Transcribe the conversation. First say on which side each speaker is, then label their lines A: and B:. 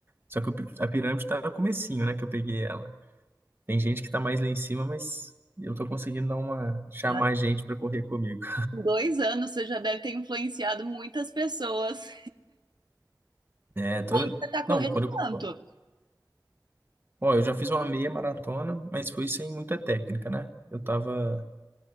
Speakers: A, on the right; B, on the right.
A: Só que o pi- a pirâmide tá no comecinho, né, que eu peguei ela. Tem gente que tá mais lá em cima, mas eu tô conseguindo dar uma chamar
B: Ah,
A: gente pra correr comigo.
B: com dois anos você já deve ter influenciado muitas pessoas.
A: É, toda
B: Aí você tá correndo
A: Não, quando
B: quanto?
A: eu Ó, eu já fiz uma meia maratona, mas foi sem muita técnica, né? Eu tava